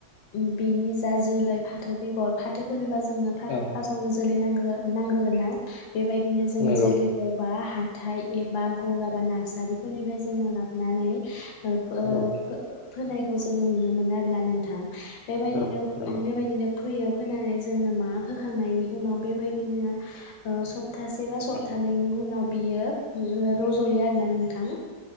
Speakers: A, on the left; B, on the left.
A: उ बिनि जा जोलै फाथो बेगर फाथो फोनोबा जो । ओङो फाथ
B: औ
A: फासावनो जोलै नांगौ । नांग्रोगोन ना बेबायदिनो जोङो
B: नंगौ
A: जोलैखौबा हाथाय एबा गला बा नार्सारिफोरनिफ्राय जोङो लाबोनानै <unintelligible>
B: औ
A: फोनायखौ जोङो नुनो मोनो आरोना नोंथां। बेबायदिनो
B: औ नंगौ
A: बेबायदिनो फैयो फोननानै जोङो मा फोखांनायनि उनाव बेबायदिनो स सप्तासे बा
B: औ
A: सप्तानैैनि उनाव बियो गयो आरो ना नोंथां